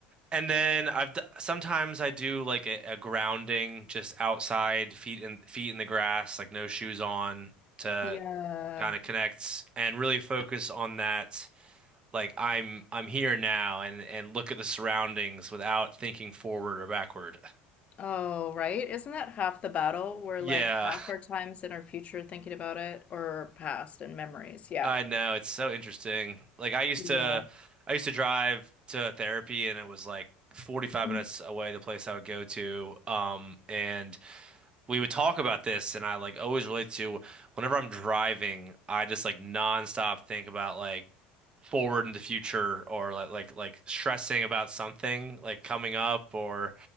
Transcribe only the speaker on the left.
<laughs> Yeah.
Oh, right. Isn't that half the battle? We're
like half our times in our future thinking about it or past and memories. Yeah.
Yeah.
Mm.